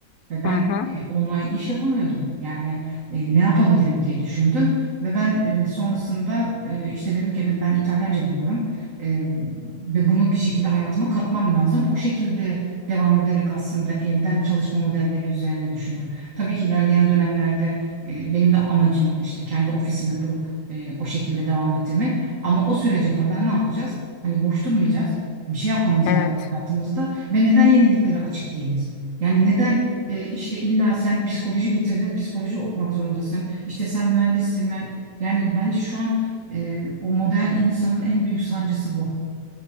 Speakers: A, on the right; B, on the left.
A: Ve ben
B: Hı hı.
A: e, online iş yapamıyordum. Yani e, ne yapabilirim diye düşündüm. Ve ben e, sonrasında e, işte dedim ki evet ben İtalyanca biliyorum. E, ve bunu bir şekilde hayatıma katmam lazım. O şekilde devam ederek aslında evden çalışma modelleri üzerine düşündüm. Tabii ki ilerleyen dönemlerde e, benim de amacım var işte kendi ofisimi kurup e, o şekilde devam ettirmek. Ama o sürece kadar ne yapacağız? Hani boş durmayacağız. Bir şey yapmamız
B: Evet.
A: lazım hayatımızda ve neden yeniliklere açık değiliz? Yani neden e, işte illa sen psikoloji bitirdin, psikoloji okumak zorundasın. İşte sen mühendissin. mü- Yani bence şu an e, o modern insanın en büyük sancısı bu.